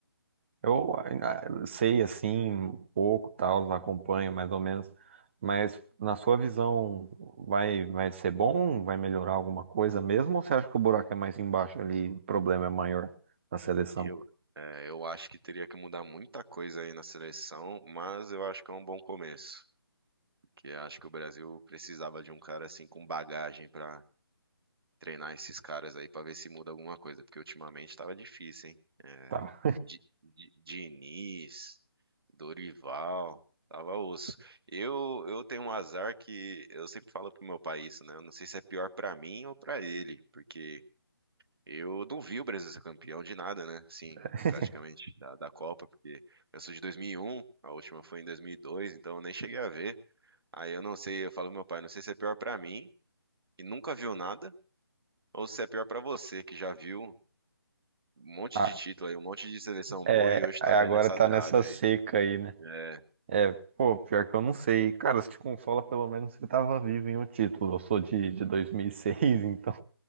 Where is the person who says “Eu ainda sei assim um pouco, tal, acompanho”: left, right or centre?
Right